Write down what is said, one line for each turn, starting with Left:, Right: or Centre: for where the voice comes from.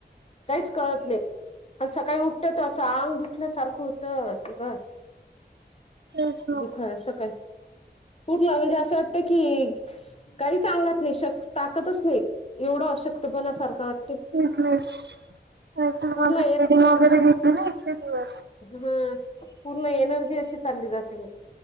Left: काहीच कळत नाही. आणि सकाळी उठत त असं आंग दुखल्यासारखं होत कि बस
Right: तेच ना.
Left: दुख आहे सकाळी पूर्ण म्हणजे असं वाटत की काहीच आगात नाही शक ताकतच नाही एवढं अशक्तपणा सारखं वाट
Right: वीकनेस कायतर
Left: पूर्ण
Right: मागे ब्लिडींग वगैरे घेतली नाही इतके दिवस
Left: हं पूर्ण एनर्जी अशी चालली जाते मग